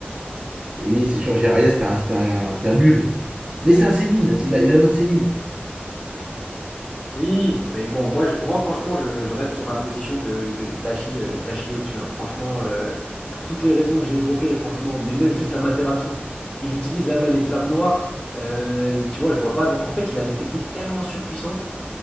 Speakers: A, on the right; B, on the left.
A: Oui, c'est sûr, Jiraiya, c'était un, c'était un- c'était un nul. Mais c'est un sénine, il a, il a le mode sénine.
B: Oui, mais bon, moi, je- moi franchement, je, je reste sur ma position de, de Itachi, euh, Itachi au-dessus. hein. Franchement, euh, pour toutes les raisons que j'ai évoquées, franchement, mais même juste la Materatsu, il utilise la main les flammes noires. euh, tu vois, je vois pas. dans- En fait, il a des techniques tellement surpuissantes.